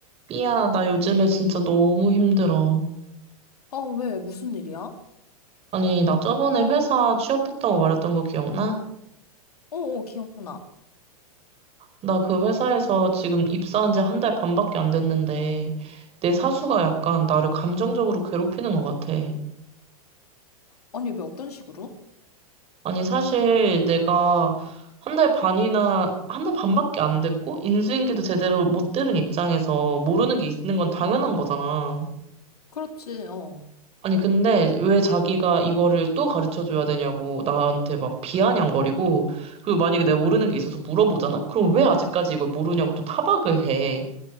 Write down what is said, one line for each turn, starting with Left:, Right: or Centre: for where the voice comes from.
Right: 삐야, 나 요즘에 진짜 너무 힘들어.
Left: 아, 왜? 무슨 일이야? 어,
Right: 아니, 나 저번에 회사 취업했다고 말했던 거 기억나?
Left: 어, 기억나.
Right: 나 그 회사에서 지금 입사한 지 한 달 반밖에 안 됐는데, 내 사수가 약간 나를 감정적으로 괴롭히는 것 같아.
Left: 아니, 왜 어떤 식으로?
Right: 아니, 사실 내가 한 달 반이나, 한 달 반밖에 안 됐고, 인수인계도 제대로 못 들은 입장에서 모르는 게 있는 건 당연한 거잖아.
Left: 그렇지, 어.
Right: 아니, 근데 왜 자기가 이거를 또 가르쳐 줘야 되냐고 나한테 막 비아냥거리고, 그리고 만약에 내가 모르는 게 있어서 물어보잖아? 그럼 왜 아직까지 이걸 모르냐고 또 타박을 해.